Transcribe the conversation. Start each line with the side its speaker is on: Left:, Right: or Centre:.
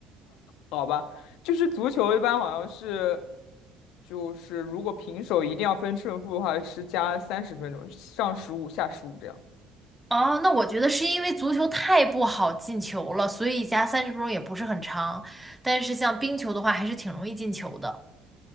Left: 好吧，就是足球一般好像是，就是如果平手一定要分胜负的话是加三十分钟，上十五下十五这样。
Centre: 哦，那我觉得是因为足球太不好进球了，所以加三十分钟也不是很长。但是像冰球的话，还是挺容易进球的。